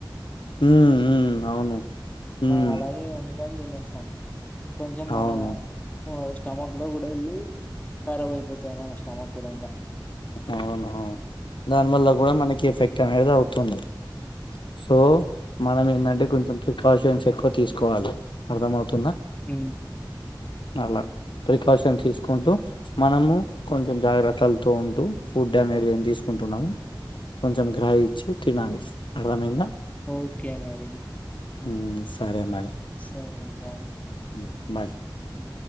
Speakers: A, on the left; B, on the left.
A: హ్ హూ అవును. హ్మ్
B: మం అలాగే వండుకొని తినేస్ అమ్ కొంచెం మన
A: అవును
B: పాజ్ స్టమక్ లో గుడా ఎల్లీ ఖరాబ్ అయిపోతాది. మన స్టమక్ కూడాంగా
A: అవున దానివల్ల గుడా మనకి ఎఫెక్ట్ అనేది అవుతుంది. సో మనం ఏంధంటే కొంచెం ఫిట్ ప్రికాషన్స్ ఎక్కువ తీసుకోవాలి. అర్థం అవుతుందా.
B: హ్
A: అలా ప్రికాషన్స్ తీసుకుంటూ మనము కొంచెం జాగ్ర కల్ తో ఉంటూ ఫుడ్ టం అనేది ఏం తీసుకుంటున్నామో. కొంచెం గ్రాహిచ్చి తినాలి అర్థమైందా.
B: ఓకే మరి
A: హ్ సరే మరి
B: సరే మరి బాయ్
A: ఉ బాయ్
B: హ్